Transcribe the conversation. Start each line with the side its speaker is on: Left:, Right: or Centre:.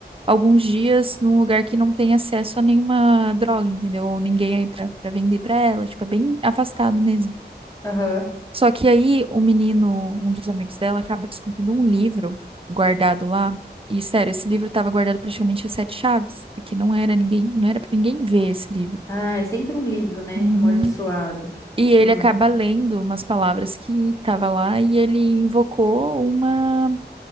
Right: alguns dias num lugar que não tem acesso a nenhuma droga, entendeu? Ou ninguém aí pra, pra vender pra ela, tipo, é bem afastado mesmo.
Left: Aham.
Right: Só que aí o menino, um dos amigos dela, acaba escondendo um livro guardado lá. E sério, esse livro estava guardado praticamente a sete chaves, porque não era ninguém, não era para ninguém ver esse livro.
Left: Ah, é sempre um livro, né?
Right: Uhum.
Left: Amaldiçoado.
Right: E ele
Left: Hum.
Right: acaba lendo umas palavras que estava lá e ele invocou uma,